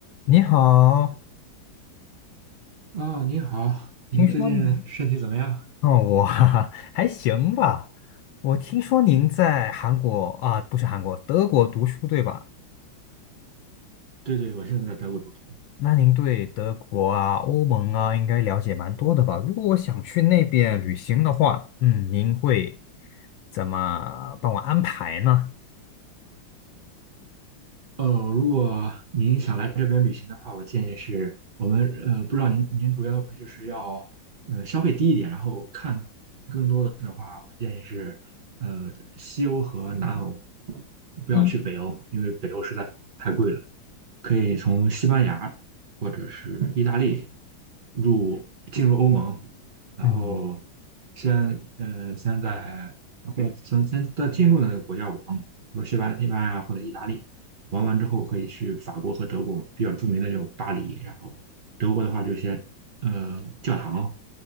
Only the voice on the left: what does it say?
你好，
听说你哦，我哈哈 <laughs> 还行吧。我听说您在韩国啊，不是韩国，德国读书对吧？
那您对德国啊、欧盟啊，应该了解蛮多的吧？如果我想去那边旅行的话，嗯，您会怎么帮我安排呢？
一，
嗯